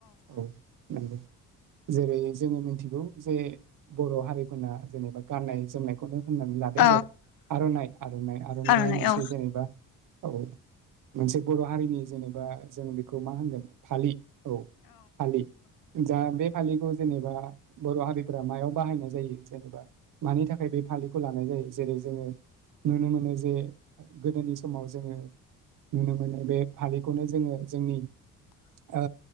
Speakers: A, on the right (about 45°); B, on the left (about 50°).
A: औ नोंगौ जेरै जोङो मिथिगौ जे बर' हारिफोरना जेनेबा गाननाय जोमनायखौनो होननानै लादो
B: औ
A: दख आर'नाइ आर'नाइ आर'नाइआ
B: आर'नाइ
A: मोनसे
B: औ
A: जेनेबा औ मोनसे बर' हारिनि जेनेबा जों बेखौ मा होनगोन फालि औ फालि जा बे फालिखौ जेनेबा बर' हारिफोरा मायाव बाहायनाय जायो जेनेबा मानि थाखाय बे फालिखौ लानाय जायो जेरै जोङो नुनो मोनो जे गोदोनि समाव जोङो नुनो मोनो बे फालिखौनो जोङो जोंनि ओ